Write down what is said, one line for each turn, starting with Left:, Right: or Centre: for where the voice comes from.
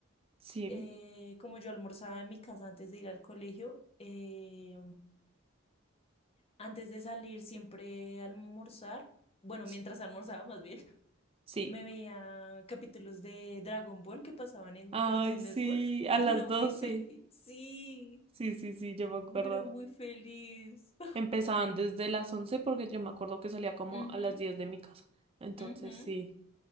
Right: sí,
Left: eh, como yo almorzaba en mi casa antes de ir al colegio, eh, antes de salir siempre a almorzar, bueno,
Right: s-
Left: mientras almorzaba más bien, <laughs>
Right: sí.
Left: me veía capítulos de Dragon Ball que pasaban en
Right: Ay,
Left: Cartoon
Right: sí,
Left: Network.
Right: a
Left: Yo
Right: las
Left: era muy
Right: 12.
Left: feliz. Sí.
Right: Sí, sí, sí, yo me acuerdo.
Left: Yo era muy feliz. <laughs>
Right: Empezaban desde las 11 porque yo me acuerdo que salía como
Left: Ujú,
Right: a las 10 de mi casa. Entonces,
Left: ujú.
Right: sí,